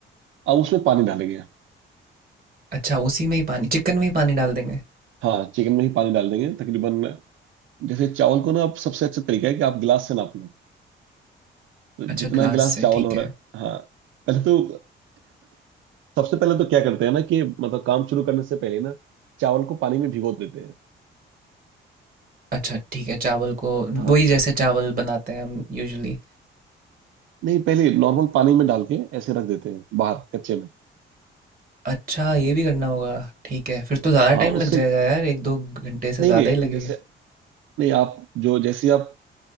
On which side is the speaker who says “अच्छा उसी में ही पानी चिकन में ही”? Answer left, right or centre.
Right